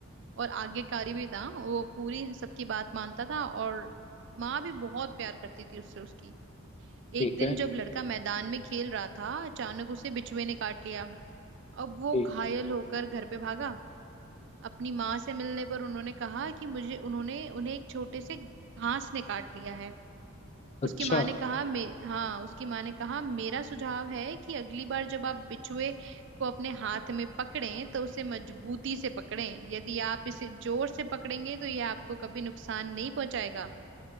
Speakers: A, on the right; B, on the left.
A: और आज्ञाकारी भी था वो पूरी सबकी बात मानता था और माँ भी बहुत प्यार करती थी उससे उसकी एक
B: ठीक
A: दिन
B: है
A: जब लड़का मैदान में खेल रहा था अचानक उसे बिच्छुए ने काट लिया अब वो
B: ठीक
A: घायल होकर घर पे भागा अपनी माँ से मिलने पर उन्होंने कहा कि मुझे उन्होंने उन्हें एक छोटे से घास ने काट लिया है उसकी
B: अच्छा
A: माँ ने कहा मे हाँ उसकी माँ ने कहा मेरा सुझाव है कि अगली बार जब आप बिच्छुए को अपने हाथ में पकड़ें तो उसे मजबूती से पकड़ें यदि आप इसे जोर से पकड़ेंगे तो यह आपको कभी नुकसान नहीं पहुंचाएगा